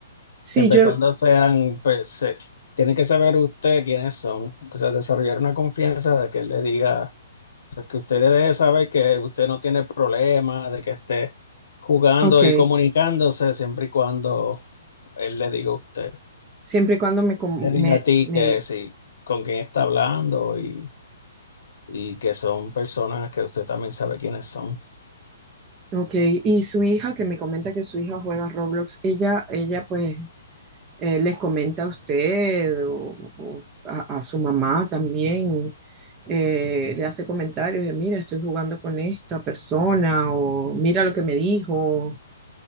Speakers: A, on the right (about 15°); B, on the left (about 65°).
A: Sí,
B: Siempre
A: yo,
B: y cuando sean, pues, se- tiene que saber usted quiénes son, o sea, desarrollar una confianza de que él le diga O sea, que usted debe saber que usted no tiene problema de que esté jugando
A: Ok,
B: y comunicándose siempre y cuando él le diga a usted,
A: siempre y cuando me, com-
B: te diga
A: me,
B: a ti
A: me
B: que
A: diga.
B: sí, con quién está hablando y, y que son personas que usted también sabe quiénes son.
A: Ok, y su hija, que me comenta que su hija juega Roblox, ella, ella pues eh, les comenta a usted o, o a, a su mamá también, eh, le hace comentarios de, mira, estoy jugando con esta persona o mira lo que me dijo.